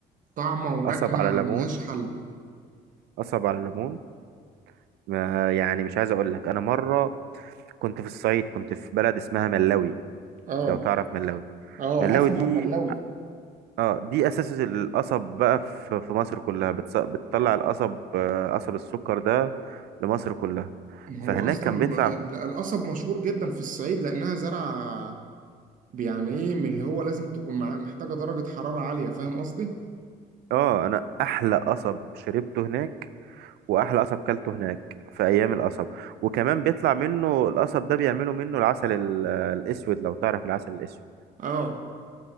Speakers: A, on the right; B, on the right.
A: طعمة ونكهة
B: قصب على ليمون
A: ملهاش حل
B: قصب على ليمون ما يعني مش عايز اقول لك انا مره كنت في الصعيد كنت في بلد اسمها ملاوي
A: اه
B: لو تعرف ملاوي
A: اه
B: ملاوي
A: اسمع
B: دي
A: الملاوي
B: اه دي اساس القصب بقى في في مصر كلها بتص... بتطلع القصب آه، قصب السكر ده لمصر كلها
A: ما
B: فهناك
A: هو اصلا
B: كان بيطلع
A: آه، القصب مشهور جدا في الصعيد لانها زرعة يعني ايه من اللي هو لازم تكون معاه محتاجة درجة حرارة عالية فاهم قصدي؟
B: اه انا احلى قصب شربته هناك واحلى قصب كلته هناك في ايام القصب وكمان بيطلع منه القصب ده بيعملوا منه العسل ال- الاسود لو تعرف العسل الاسود
A: اه